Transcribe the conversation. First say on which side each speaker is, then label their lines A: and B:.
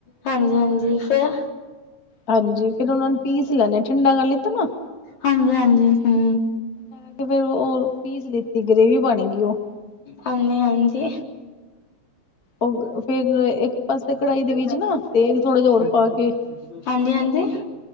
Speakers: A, on the left (about 70°); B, on the left (about 35°).
A: ਹਾਂਜੀ ਹਾਂਜੀ ਫੇਰ?
B: ਹਾਂਜੀ, ਫਿਰ ਉਹਨਾ ਨੂੰ ਪੀਸ ਲੈਣੇ ਆ, ਠੰਡਾ ਕਰ ਲਿਤਾ ਨਾ
A: ਹਾਂਜੀ ਹਾਂਜੀ, ਹਮ
B: ਹਮਮ, ਫਿਰ ਉਹ ਪੀਸ ਲਿੱਤੀ, ਗ੍ਰੇਵੀ ਬਣ ਗਈ ਉਹ
A: ਹਾਂਜੀ ਹਾਂਜੀ
B: ਉਗ ਗ ਫਿਰ ਇੱਕ ਪਾਸੇ
A: ਹਾਂਜੀ-ਹਾਂਜੀ।
B: ਕੜਾਹੀ ਦੇ ਵਿੱਚ ਨਾ, ਤੇਲ ਥੋੜ੍ਹਾ ਜਿਹਾ ਹੋਰ ਪਾ ਕੇ
A: ਹਾਂਜੀ ਹਾਂਜੀ,